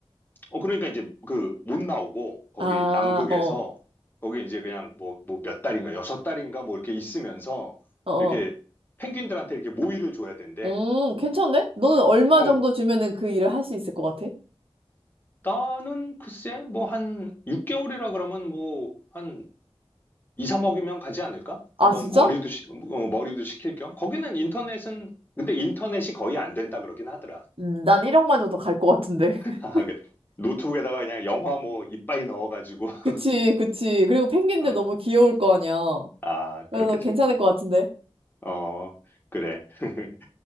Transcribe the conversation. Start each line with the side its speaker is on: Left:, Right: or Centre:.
Left: 어 그러니까 이제 그 못 나오고 거기
Right: 아,
Left: 남극에서
Right: 어,
Left: 거기 이제 그냥 뭐 뭐 몇 달인가 여섯 달인가 뭐 이렇게 있으면서
Right: 어, 어.
Left: 이렇게 펭귄들한테 이렇게 모이를 줘야 된대.
Right: 음, 괜찮네? 너는 얼마
Left: 어
Right: 정도 주면은 그 일을 할 수 있을 것 같아?
Left: 나는 글쎄 뭐 한 6개월이라 그러면 뭐 한 2, 3억이면 가지 않을까?
Right: 아,
Left: 한번
Right: 진짜?
Left: 머리도 시, 어, 머리도 식힐 겸 거기는 인터넷은 근데 인터넷이 거의 안 된다 그러긴 하더라.
Right: 음, 난 1억만 줘도 갈 것 같은데. <laughs>
Left: 아, 그 노트북에다가 그냥 영화 뭐 이빠이 넣어가지고 <laughs>
Right: 그치, 그치. 그리고 펭귄들
Left: 어,
Right: 너무 귀여울 거 아니야.
Left: 아
Right: 그래서
Left: 그렇겠지
Right: 괜찮을 것 같은데.
Left: 어 그래 <laughs>